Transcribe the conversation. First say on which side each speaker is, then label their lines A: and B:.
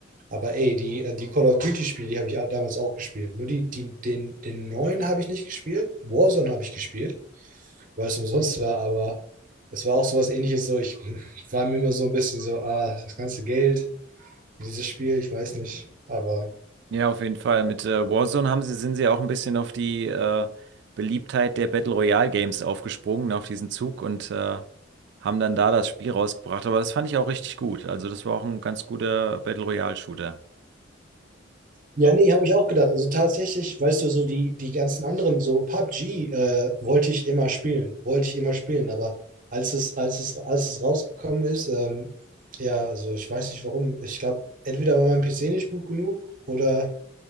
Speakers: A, on the right; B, on the right.
A: Aber ey, die, äh, die Call of Duty-Spiele, die habe ich auch damals auch gespielt. Nur die, die, den, den neuen habe ich nicht gespielt. Warzone habe ich gespielt, weil es umsonst war, aber es war auch sowas ähnliches. So, ich hm, war mir immer so ein bisschen so, ah, das ganze Geld, dieses Spiel, ich weiß nicht. Aber
B: Ja, auf jeden Fall. Mit äh, Warzone haben sie, sind sie auch ein bisschen auf die äh, Beliebtheit der Battle Royale Games aufgesprungen, auf diesen Zug und äh, haben dann da das Spiel rausgebracht. Aber das fand ich auch richtig gut. Also das war auch ein ganz guter Battle Royale Shooter.
A: Ja, nee, habe ich auch gedacht. Also tatsächlich, weißt du, so die, die ganzen anderen, so PUBG, äh, wollte ich immer spielen, wollte ich immer spielen, aber als es, als es, als es rausgekommen ist, ähm, ja, also ich weiß nicht warum. Ich glaube, entweder war mein PC nicht gut genug oder,